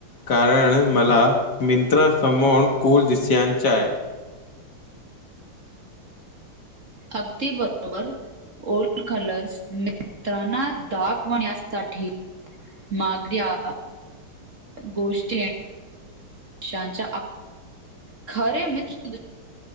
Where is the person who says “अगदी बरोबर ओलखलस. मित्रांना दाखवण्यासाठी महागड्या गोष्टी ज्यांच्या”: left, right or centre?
Right